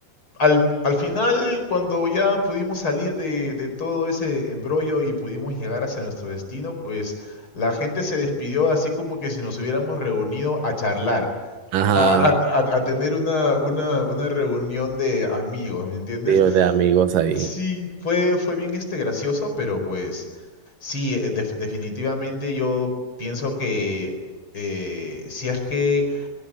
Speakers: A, on the left; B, on the right.
A: al, al final, cuando ya pudimos salir de, de todo ese embrollo y pudimos llegar hacia nuestro destino, pues la gente se despidió así como que si nos hubiéramos reunido a charlar
B: Ajá,
A: a, a- a- a tener una, una, una reunión de amigos, ¿me entiendes?
B: tío, de amigos ahí.
A: Sí, fue, fue bien este gracioso, pero pues sí, eh, def- definitivamente yo pienso que eh, si es que